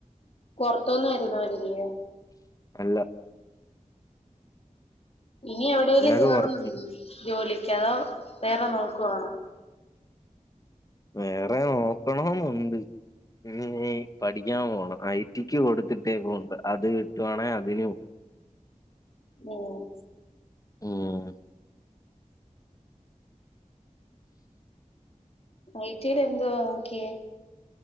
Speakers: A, on the left (about 50°); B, on the left (about 25°).
A: പൊറത്തൂന്ന് വെരുന്നവര്ല്ല്യേ
B: അല്ല
A: ഇനി എവിടേലും
B: ഞങ്ങക്ക്
A: കേറുന്നു
B: പുറത്ത്
A: ജോലിക്ക്യതോ വേറെ നോക്കുവാണോ
B: വേറെ നോക്കോണോന്നുണ്ട് ഇന്ന്ഞ്ഞി പഠിക്ക്യാൻ പോണം ഐ റ്റിക്ക് കൊടുത്തിട്ടേപ്പുണ്ട് അത് കിട്ടുവാണെ അതിന് <unintelligible>
A: ഉം
B: ഉം
A: ഐ റ്റിയേല് എന്തുവാ നോക്ക്യേ